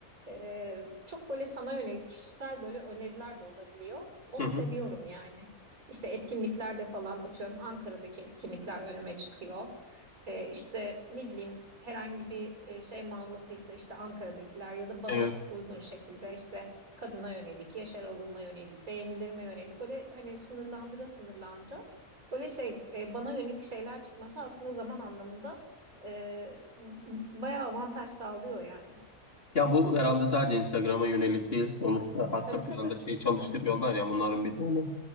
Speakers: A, on the right (about 85°); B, on the left (about 45°).
A: ee, çok böyle sana yönelik kişisel böyle öneriler de olabiliyor. Onu
B: hı hı.
A: seviyorum yani. İşte etkinliklerde falan atıyorum Ankara'daki etkinlikler önüme çıkıyor. Ee, işte ne bileyim herhangi bir e, şey mağazasıysa işte Ankara'dakiler ya da bana
B: Evet.
A: uygun şekilde işte kadına yönelik, yaş aralığıma yönelik, beğenilerime yönelik böyle hani sınırlandıra sınırlandıra böyle şey e, bana yönelik şeyler çıkması aslında zaman anlamında e, bayağı avantaj sağlıyor yani.
B: Ya bu herhalde sadece Instagram'a yönelik değil. Sonuçta arka
A: Tabii
B: planda
A: tabii.
B: şey çalıştırıyorlar
A: Hı hı.
B: ya bunların bir dolu.